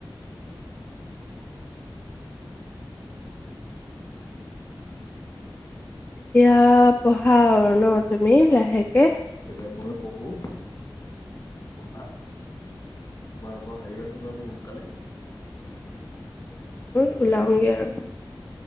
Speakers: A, on the left (about 25°); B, on the left (about 50°).
A: এতিয়া পঢ়া আৰু ন তুমি লাহেকে
B: এতিয়া মই পঢ়ো পঢ়া তোমাৰ আকৌ হেৰি আছিলে ন সোনকালে
A: ওলালগে আৰু